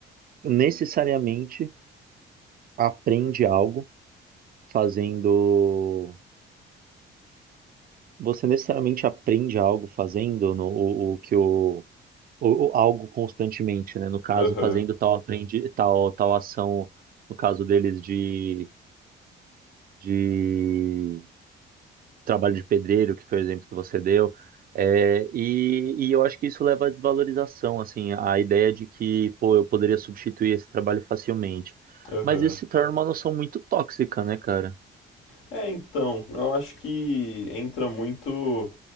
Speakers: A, on the right (about 50°); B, on the left (about 85°).
A: necessariamente aprende algo fazendo. Você necessariamente aprende algo fazendo no- o o que o ou, ou algo constantemente, né? No caso,
B: aham,
A: fazendo tal aprendi tal tal ação, no caso deles de, de trabalho de pedreiro, que foi o exemplo que você deu. É, e, e eu acho que isso leva à desvalorização, assim, a ideia de que, pô, eu poderia substituir esse trabalho facilmente.
B: aham.
A: Mas isso se torna uma noção muito tóxica, né, cara?
B: É, então, eu acho que entra muito,